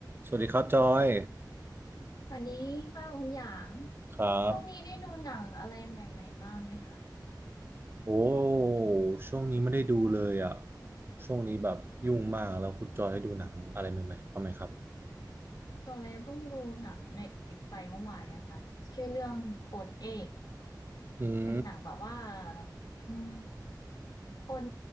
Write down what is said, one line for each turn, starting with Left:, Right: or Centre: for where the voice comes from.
Right: สวัสดีครับจอย
Left: สวัสดีค่ะคุณหยาง
Right: ครับ
Left: ช่วงนี้ได้ดูหนังอะไรใหม่ๆบ้างไหมคะ
Right: โอ้ช่วงนี้ไม่ได้ดูเลยอ่ะช่วงนี้แบบยุ่งมากแล้วคุณจอยได้ดูหนังอะไรใหม่ๆบ้างไหมครับ
Left: ตัวเลยเพิ่งดูหนัง Netflix ไปเมื่อวานเนี่ยค่ะชื่อเรื่องโค้ดเอก
Right: อืม
Left: เป็นหนังแบบว่าอืมคน